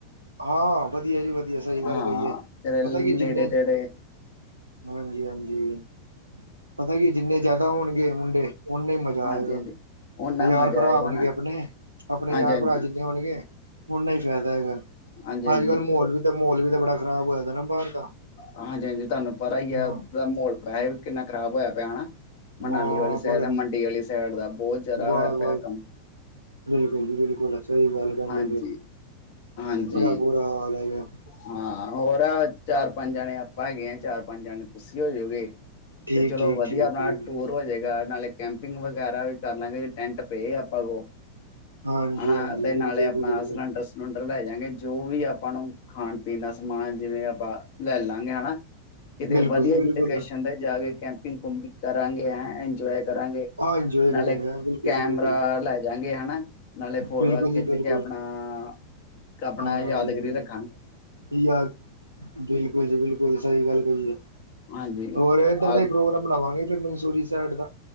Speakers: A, on the right (about 85°); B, on the left (about 50°).
A: ਹਾਂ, ਵਦੀਆ ਜੀ, ਵਦੀਆ, ਸਈ ਗੱਲ
B: ਹਾਂ
A: ਕਈ ਏ
B: ਤੇ
A: ਪਤਾ ਕੀ ਜਿੰਨੇ
B: ਨੇੜੇ ਤੇੜੇ
A: ਹਾਂਜੀ, ਹਾਂਜੀ ਪਤਾ ਕੀ ਜਿੰਨੇ ਜ਼ਿਆਦਾ ਹੋਨਗੇ ਮੁੰਡੇ ਓਨੇ ਮਜਾ
B: ਹਾਂਜੀ
A: ਆਏਗਾ,
B: ਹਾਂਜੀ ਓਨਾ
A: ਯਾਰ
B: ਮਜ਼ਾ
A: ਭਰਾ
B: ਆਏਗਾ
A: ਹੋਨਗੇ
B: ਨਾ
A: ਅਪਨੇ, ਅਪਨੇ
B: ਹਾਂਜੀ
A: ਯਾਰ
B: ਹਾਂਜੀ
A: ਭਰਾ ਜਿੰਨੇ ਹੋਨਗੇ ਓਨਾ ਈ ਫੈਦਾ ਹੈਗੈ,
B: ਹਾਂਜੀ ਹਾਂਜੀ
A: ਅੱਜ-ਕੱਲ੍ਹ ਮ੍ਹੋਲ ਵੀ ਤਾਂ ਮ੍ਹੈਲ ਵੀ ਤਾ ਬੜਾ ਖ਼ਰਾਬ ਹੋਏ ਦਾ ਨਾ ਬਾਹਰ ਦਾ
B: ਹਾਂਜੀ, ਹਾਂਜੀ ਧਾਨੂੰ ਪਰਾ ਈ ਆ
A: ਹਾਂ
B: <unintelligible> <unintelligible> ਮਨਾਲੀ
A: ਮਾਂ
B: ਵਾਲੀ਼ ਸੈੜ
A: ਬੜਾ
B: ਆ, ਮੰਡੀ ਵਾਲੀ ਸੈੜ ਦਾ, ਬੋਤ
A: ਬਸ
B: ਜਿਆਦਾ ਹੋਏਆ ਪੇਆ
A: ਬਸ
B: ਕੰਮ।
A: ਬਿਲਕੁਲ ਜੀ, ਬਿਲਕੁਲ, ਸਈ ਗੱਲ ਕੈਂਦੇ
B: ਹਾਂਜੀ
A: ਪੇ
B: ਹਾਂਜੀ
A: ਬੜਾ ਬੁਰਾ ਹਾਲ ਹੈਗਾ।
B: ਹਾਂ ਹੋਰ ਆ, ਚਾਰ ਪੰਜ ਜਣੇ ਆਪਾਂ ਹੈਗੇ ਆਂ, ਚਾਰ ਪੰਜ ਜਾਣੇ ਤੁਸੀਂ ਹੋਜੋਗੇ
A: ਠੀਕ
B: ਤੇ ਚਲੋ
A: ਠੀਕ
B: ਵਦੀਆ
A: ਠੀਕ
B: ਆਪਨਾ
A: ਠੀਕ
B: ਟੂਰ ਹੋਜੇਗਾ ਨਾਲੇ ਕੈਂਪਿੰਗ ਵਗੈਰਾ ਵੀ ਕਰ ਲਾਂਗੇ ਟੈਂਟ ਪੇ ਆਪਾਂ ਕੋਲ,
A: ਹਾਂਜੀ
B: ਹਾਂ
A: ਹਾਂਜੀ
B: ਤੇ
A: ਬਿਲਕੁਲ
B: ਨਾਲੇ਼ ਅਪਨਾ
A: ਜੀ ਬਿਲਕੁਲ
B: ਸਲੰਡਰ ਸੂਲੰਡਰ ਲੈ ਜਾਂਗੇ ਜੋ ਵੀ ਆਪਾਂ ਣੂੰ ਖਾਣ, ਪੀਣ ਦਾ ਸਮਾਨ ਜਿਵੇਂ ਆਪਾਂ ਲੈ ਲਾਂਗੇ ਹਣਾ ਕਿਤੇ
A: ਬਿਲਕੁਲ
B: ਵਦੀਆ
A: ਜੀ ਬਿਲਕੁਲ
B: ਜਿ ਲੂਕੇਸ਼ਨ ਤੇ ਜਾ ਕੇ, ਕੈਂਮਪਿੰਗ ਕੁਪਿੰਗ ਕਰਾਂਗੇ ਹੈਂ ਇੰਜੋਏ ਕਰਾਂਗੇ
A: ਆ ਇੰਜੋਏ
B: ਨਾਲੇ਼
A: ਕਰੇਗਾ ਬਿਲਕੁਲ
B: ਕੈਮਰਾ
A: ਜੀ ਬਿਲਕੁਲ
B: ਲੈ ਜਾਂ ਹਣਾ ਨਾਲੇ਼ ਫੋਟੋਆਂ
A: ਬਿਲਕੁਲ
B: ਖਿੱਚ
A: ਜੀ ਬਿਲਕੁਲ
B: ਕੇ ਆਪਣਾ-ਆਪਣਾ
A: ਹਾਂਜੀ
B: ਯਾਦਗੀਰੀ
A: ਹਾਂਜੀ
B: ਰੱਖ
A: ਯਾਰ, ਬਿਲਕੁਲ ਜੀ ਬਿਲਕੁਲ, ਸਈ ਗੱਲ ਕਈ ਏ
B: ਹਾਂਜੀ
A: ਹੋਰ ਏਦਰ
B: ਆ
A: ਦਾ ਈ ਪ੍ਰੋਗਰਾਮ ਬਣਾਵਾਂਗੇ ਫੇਰ ਮੰਸੂਰੀ ਸੈੜ ਦਾ